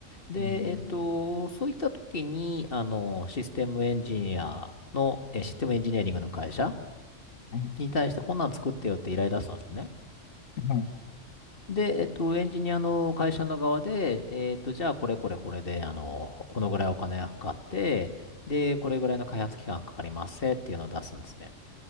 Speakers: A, on the left; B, on the left.
A: で、
B: うん。
A: えっと、そういった時に、あの、システムエンジニアの、えシステムエンジニアリングの会社
B: うんはい、
A: に対してこんなん作ってよって依頼出したんですね。
B: は
A: で、えっと、エンジニアの会社の側で、えっと、じゃあこれこれこれで、あの、このぐらいお金がかかって、で、これぐらいの開発期間かかりますせっていうのを出すんですね。